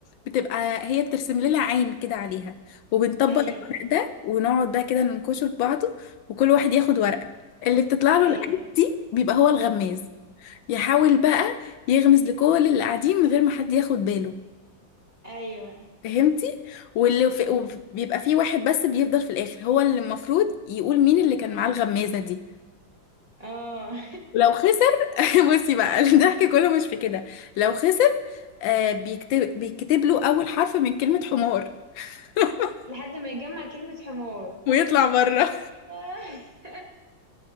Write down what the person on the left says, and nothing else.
بتبقى هي بترسم لنا عين كده عليها وبنطبق
الورق ده ونقعد بقى كده ننكشه في بعضه وكل واحد ياخد ورقة اللي بتطلع له
العين دي بيبقى هو الغماز يحاول بقى يغمز لكل اللي قاعدين من غير ما حد ياخد باله
فهمتي واللي في... وبيبقى فيه واحد بس بيفضل في الاخر هو اللي المفروض يقول مين اللي كان معاه الغمازة دي
ولو خسر <laughs> بصي بقى الضحك كله مش في كده لو خسر آه بيكتب بيكتب له اول حرف من كلمة حمار <laughs>
ويطلع بره